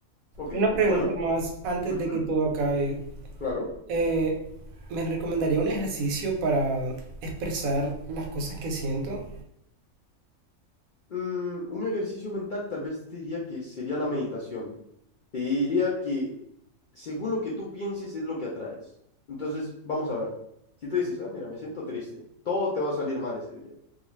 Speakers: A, on the left; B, on the right.
A: Ok,
B: Una pregunta
A: bueno,
B: más antes
A: ujú,
B: de que todo acabe.
A: claro.
B: Eh, me recomendaría un ejercicio para expresar las cosas que siento.
A: Mm, un ejercicio mental tal vez te diría que sería la meditación. Te diría que según lo que tú pienses es lo que atraes. Entonces, vamos a ver. Si tú dices, ah, mira, me siento triste, todo te va a salir mal ese día.